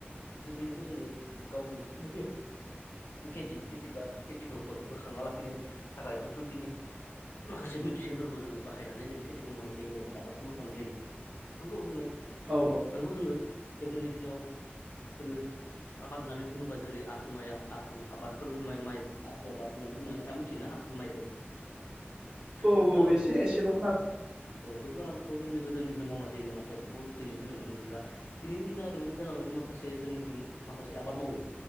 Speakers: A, on the left; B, on the right.
A: जिथुनिखि जोङो गावनि जिथुनाखि खेथि खेथि बा। खेथिखौ बोखांना लाखिनो थाखाय बेफोरखिनि माखासे मेडिसिनफोरखौ जोङो बाहायनानै जों खेथिखौ मावनाय जायोबा जों आबादखौ बोखांनाय जायो नंगौ जोङो
B: औ औ
A: नंगौ जोङो गोदोनि दिनाव जोङो आबाद होननानै बुङोबा जेरै आसु माइ आसु आबादफोरबो माइ। आसु आबाद होननानै बुंनानै नोंथाङा मिथियोना आसु माइखौ!
B: औ
A: बैफोर आबादखौ
B: एसे एसेल खोना।
A: औ बैफोर आबादखौ जोंनि गोदोनि दिनाव मावना जायोमोन नाथाय बेखौ दिनैनि दिनाव नुनो मोनला दिनैनि दिनाव ओरैबायदि जालांबाय माखासे जोंनिथिं माखासे आबाद मावो